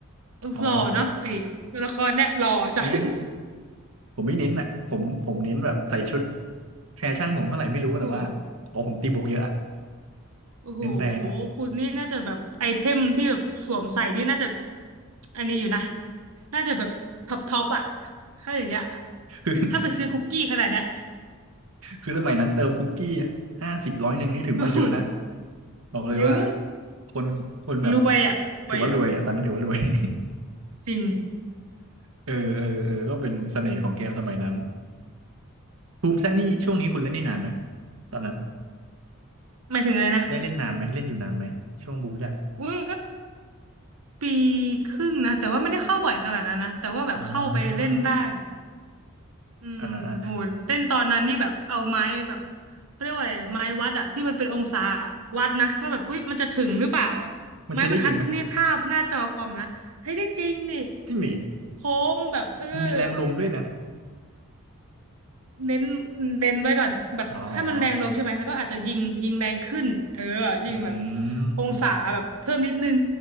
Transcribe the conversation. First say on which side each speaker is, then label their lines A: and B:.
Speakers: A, on the right; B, on the right.
A: อ๋อ
B: หล่อเนาะไอ้ตัวละครเนี่ยหล่อจัง
A: โอ้
B: <laughs>
A: ผมไม่เน้นอ่ะผมผมเน้นแบบใส่ชุดแฟชั่นผมเท่าไหร่ไม่รู้แต่ว่าขอผมตีบวกเยอะอะ
B: โอ้ โอ้โห
A: เน้นแรงอ่ะ
B: คุณนี่น่าจะแบบไอเทมที่แบบสวมใส่นี่น่าจะอันนี้อยู่นะ น่าจะแบบท็อปท็อปอะถ้าอย่างเงี้ย
A: <laughs> คือ
B: ถ้าไปซื้อคุกกี้ขนาดเนี้ย
A: คือสมัยนั้นเติมคุกกี้ห้าสิบร้อยหนึ่งนี่ถือว่าเยอะนะ
B: โอ้โห
A: บอกเลยว่า
B: เยอะ
A: คนคนแบบ
B: รวยอะรวยอะ
A: ถือว่ารวยอ่ะตอนนั้นถือว่ารวย <laughs>
B: จริง
A: เออเออเออก็เป็นเสน่ห์ของเกมสมัยนั้นภูมิแซนนี่ช่วงนี้คุณเล่นได้นานไหมตอนนั้น
B: หมายถึงอะไรนะ
A: ได้เล่นนานไหมเล่นอยู่นานไหมช่วงบูมแลบ
B: อือก็ปีครึ่งนะ แต่ว่าไม่ได้เข้าบ่อยขนาดนั้นนะ แต่ว่าแบบเข้าไปเล่นบ้าง
A: อ่า
B: อืมโหเต้นตอนนั้นนี่แบบเอาไม้แบบ
A: อ่าอ่า
B: เขาเรียกว่าอะไรไม้วัดอะที่มันเป็นองศาวัดนะว่าแบบอุ้ยมันจะถึงหรือเปล่าอะไม้บรรทัดเนี่ยทาบหน้าจอคอมนะเฮ้ยได้จริงนี่
A: มันใช้ได้จริงไหมจริงดิ
B: โค้งแบบเออแบบ
A: มันมีแรงลมด้วยนะ
B: เน้นเน้นไว้ก่อนแบบให้มันแรงลมใช่ไหมแล้วก็อาจจะยิงยิงแรงขึ้นเออยิงแบบ
A: อ๋ออืม
B: องศาแบบเพิ่มนิดนึง